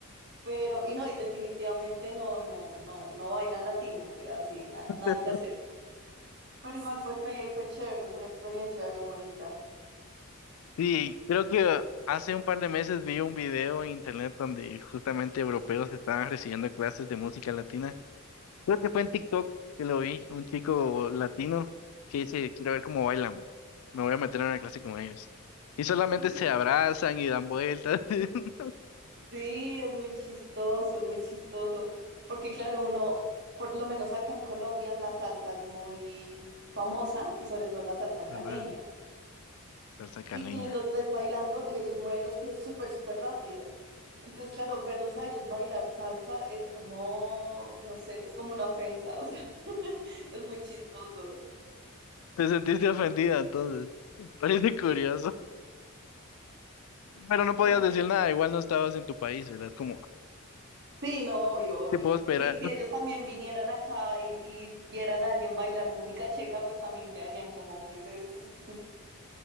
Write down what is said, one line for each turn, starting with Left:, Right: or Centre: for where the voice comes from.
Right: pero y no, y definitivamente no, no, no, no bailan latinos, o sea, sí, na-
Left: <laughs>
Right: nada que hacer, pero igual pues fue, fue chévere, fue una experiencia bien bonita.
Left: Sí, creo que hace un par de meses vi un video en internet donde justamente europeos estaban recibiendo clases de música latina. Creo que fue en TikTok que lo vi, un chico latino que dice, quiero ver cómo bailan, bro. me voy a meter en una clase con ellos. Y solamente
Right: Ujú.
Left: se abrazan y dan vueltas, <laughs>
Right: Sí, es muy chistoso, es muy chistoso. Porque claro, uno, por lo menos acá en Colombia, la salsa es muy famosa y sobre todo la salsa caleña.
Left: ¿verdad? Salsa caleña.
Right: Y tú los ves bailando y ellos mueven los pies súper, súper rápido. Entonces, claro, verlos a ellos bailar salsa es como, no sé, es como una ofensa, o sea, <laughs> es muy chistoso.
Left: Te sentiste ofendida entonces. Parece curioso. Pero no podías
Right: Sí, no.
Left: decir nada, igual no estabas en tu país, ¿verdad? Es como,
Right: Sí, no, obvio, obvio.
Left: qué puedo esperar.
Right: Si, si ellos también vinieran acá y, y vieran a alguien bailar música checa, pues también quedarían como, ¿qué es esto? <laughs>